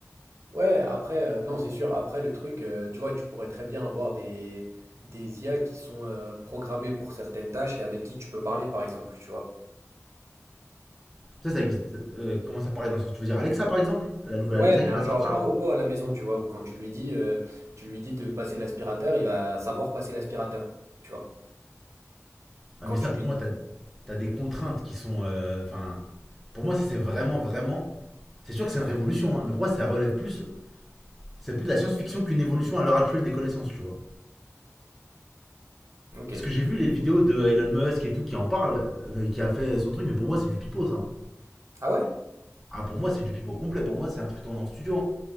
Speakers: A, on the right (about 60°); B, in the centre.
A: Ouais, après, euh, non, c'est sûr. Après, le truc, euh, tu vois, tu pourrais très bien avoir des, des IA qui sont euh, programmées pour certaines tâches et avec qui tu peux parler, par exemple, tu vois.
B: Ça, ça existe. Euh, comment ça paraît dans le sens, tu veux dire Alexa par exemple La nouvelle
A: Ouais,
B: Alexa
A: mais
B: qui
A: un
B: va sortir
A: genre, un robot
B: là
A: à la maison, tu vois, où quand tu lui dis, euh, tu lui dis de passer l'aspirateur, il va savoir passer l'aspirateur, tu vois.
B: Ah,
A: Quand
B: mais ça,
A: tu lui...
B: pour moi, t'as t'as des contraintes qui sont. euh, Enfin, pour moi, ça, c'est vraiment, vraiment. C'est sûr que c'est une révolution, hein, mais pour moi, ça relève plus. C'est plus de la science-fiction qu'une évolution à l'heure actuelle des connaissances, tu vois.
A: Ok.
B: Parce que j'ai vu les vidéos de Elon Musk et tout qui en parle, euh, qui a fait son truc, mais pour moi, c'est du pipeau, ça. hein.
A: Ah ouais?
B: Ah, pour moi, c'est du pipeau complet. Pour moi, c'est un truc tourné en studio. hein.